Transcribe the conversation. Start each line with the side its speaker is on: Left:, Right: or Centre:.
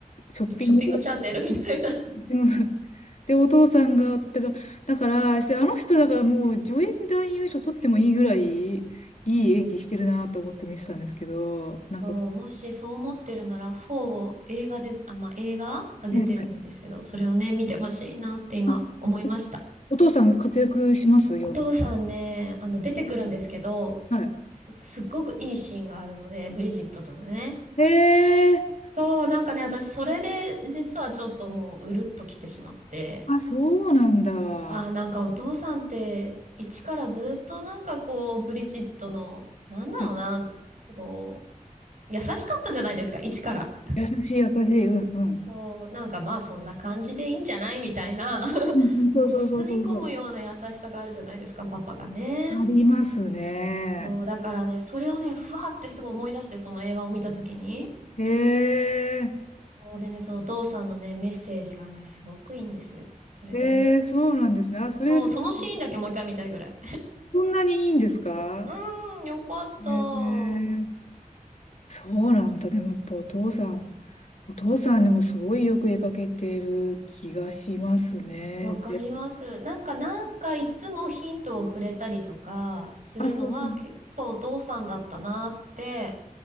Left: ショッピング、
Right: ショッピングチャンネルみたいな。
Left: うんで、お父さんが、だからだから、してあの人だからもう助演男優賞取ってもいいぐらい、いい演技してるなと思って見てたんですけど、なんか、
Right: そう、
Left: は
Right: もしそう思ってるなら、4を映画で、あ、まあ、映画が出てるんですけど、
Left: いはい
Right: それをね、見てほしいなって今思いました。
Left: あ、お父さん活躍しますよんで
Right: お父さんね、あの、出てくるんですけど、
Left: はい。
Right: す、すっごくいいシーンがあるので、ブリジットとのね。
Left: へえ、
Right: そう、なんかね、私、それで、実はちょっともう、うるっと来てしまって。
Left: あ、そうなんだ。
Right: ああ、なんかお父さんって、一からずっとなんかこう、ブリジットの、なんだろうな、
Left: うん
Right: こう、優しかったじゃないですか、一から。
Left: 優しい、優しい、うん、うん。
Right: そう、なんかまあ、そんな感じでいいんじゃないみたいな、<laughs>
Left: うんうん、そうそうそうそうそう。
Right: こう包み込むような優しさがあるじゃないですか、パパがね。
Left: ありますね。
Right: そう、だからね、それをね、ふわってすごい思い出して、その映画を見たときに。
Left: へえ、
Right: そうでね、そのお父さんのね、メッセージがね、すごくいいんですよ。それをね。
Left: へえ、そうなんですね。あ、それはちょっと、
Right: そう、そのシーンだけもう一回見たいぐらい。
Left: そんなにいいんですか
Right: <laughs> うーん、よかった。
Left: へえそうなんだ。でもやっぱお父さん、お父さんにもすごいよく絵描けてる気がしますね。
Right: わかります。
Left: で
Right: なんか、なんかいつもヒントをくれたりとかするのは結構お父さんだったなって、
Left: あ、そうそう。